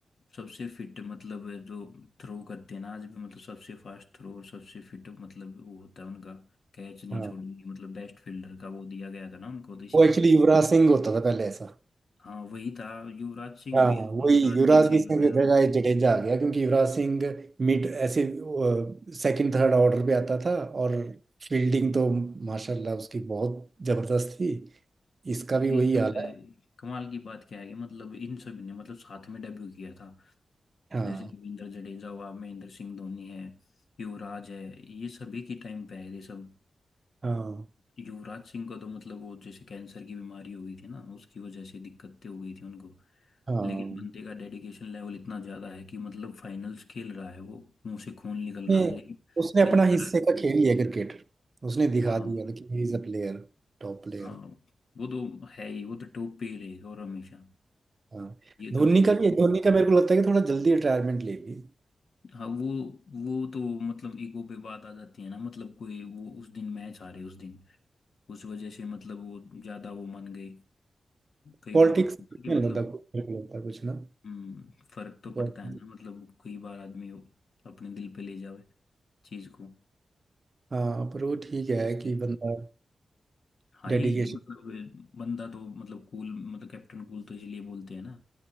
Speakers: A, on the left; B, on the right.
A: सबसे फिट मतलब जो थ्रो करते हैं ना आज भी मतलब सबसे फास्ट थ्रो और सबसे फिट मतलब वो होता है उनका कैच नहीं
B: हाँ
A: छोड़ेंगे मतलब बेस्ट फील्डर का वो दिया गया था ना उनको तो इसी
B: वो एक्चुअली
A: वजह
B: युवराज सिंह होता था पहले ऐसा
A: हाँ वही था युवराज सिंह
B: हाँ
A: भी
B: वही
A: युवराज
B: युवराज
A: सिंह से
B: की
A: ही
B: इसमें
A: बनाया
B: भी जगह जडेजा आ गया क्योंकि युवराज सिंह मिड ऐसे सेकंड थर्ड ऑर्डर पे आता था और फील्डिंग तो माशाल्लाह उसकी बहुत जबरदस्त थी इसका
A: ये
B: भी वही
A: सब
B: हाल
A: ए,
B: है
A: कमाल की बात क्या है कि मतलब इन सब ने मतलब साथ में डेब्यू किया था
B: हाँ
A: जैसे रविंद्र जडेजा हुआ महेंद्र सिंह धोनी है युवराज है ये सभी की टाइम पे है ये सब
B: हाँ
A: युवराज सिंह को तो मतलब वो जैसे कैंसर की बीमारी हो गई थी ना उसकी वजह से दिक्कतें हो गई थी उनको
B: हाँ
A: लेकिन बंदे का डेडिकेशन लेवल इतना ज्यादा है कि मतलब फाइनल्स खेल रहा है वो मुंह से खून निकल
B: नहीं,
A: रहा है लेकिन
B: उसने
A: खेलता
B: अपना हिस्से
A: रहा है
B: का खेल लिया क्रिकेट उसने दिखा
A: हाँ
B: दिया कि he is a player top player
A: हाँ वो तो है ही वो तो टॉप पे ही रहेगा और हमेशा
B: हाँ
A: ये
B: धोनी
A: तो है ही
B: का भी धोनी का मेरे को लगता है कि थोड़ा जल्दी रिटायरमेंट ले ली
A: हाँ वो वो तो मतलब ईगो पे बात आ जाती है ना मतलब कोई वो उस दिन मैच हारे उस दिन उस वजह से मतलब वो ज्यादा वो मान गई कई
B: पॉलिटिक्स
A: बार होता है ना कि
B: में लगता
A: मतलब
B: कुछ- मेरे को लगता कुछ ना
A: हम्म, फर्क तो पड़ता
B: पॉलिटिक्स
A: है ना मतलब कई बार आदमी वो अपने दिल पे ले जावे चीज को
B: हाँ पर वो ठीक है
A: उससे
B: कि बंदा
A: हाँ यही
B: डेडिकेशन
A: है मतलब बंदा तो मतलब कूल मतलब कैप्टन कूल तो इसलिए बोलते हैं ना